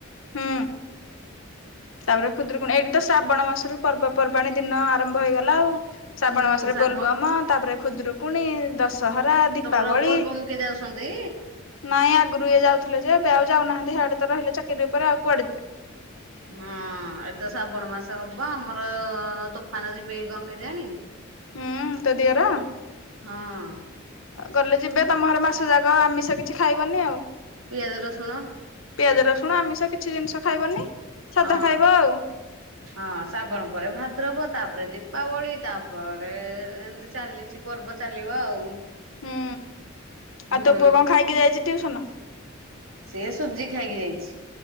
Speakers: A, on the left (about 70°); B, on the right (about 80°).
A: ହୁଁ ତାପରେ ଖୁଦୁରୁକୁଣି ଏଇଠି ତ ଶ୍ରାବଣ ମାସରୁ ପର୍ବ ପର୍ବାଣୀ ଦିନ ଆରମ୍ଭ ହେଇଗଲା ଆଉ। ଶ୍ରାବଣ
B: ଉଁ
A: ମାସରେ
B: ଶ୍ରାବଣ
A: ବୋଲବମ ତାପରେ ଖୁଦୁରୁକୁଣି ଦଶ ଶହରା, ଦୀପାବଳି
B: ତମର ବୋଲବମ୍ କିଏ ଯାଉଛନ୍ତି?
A: ନାଇ ଆଗରୁ ଇଏ ଯାଉଥିଲେ ଯେ ଏବେ ଆଉ ଯାଉନାହାନ୍ତି ହାଡେ ତ ରହିଲେ ଚାକିରି ଉପରେ ଆଉ କୁଆଡେ ଯିବେ।
B: ହଁ ଏ ତ ଶ୍ରାବଣ ମାସ ହବ ଆମର ତୋଫାନ ଯିବେକି କଣ କେଜାଣି?
A: ହୁଁ ତୋ ଦିଅର।
B: ହଁ।
A: ଗଲେ ଯିବେ ତମ ଘରେ ମାସେ ଯାକ ଆମିଷ କିଛି ଖାଇବନି ଆଉ।
B: ପିଆଜ ରସୁଣ
A: ପିଆଜ ରସୁଣ ଆମିଷ କିଛି ଜିନିଷ ଖାଇବନି। ସାଧା
B: ହଁ
A: ଖାଇବ ଆଉ
B: ହଁ ଶ୍ରାବଣ ପରେ ଭାଦ୍ରବ ତାପରେ ଦୀପ୍ ପାବଳି ତାପରେ ଏମିତି ଚାଲିଚି ପର୍ବ ଚାଲିବ ଆଉ।
A: ହୁଁ
B: ହୁଁ
A: ଆଉ ତୋ ପୁଅ କଣ ଖାଇକି ଯାଇଚି ଟିଉସନ?
B: ସିଏ ସୁଜି ଖାଇକି ଯାଇଛି।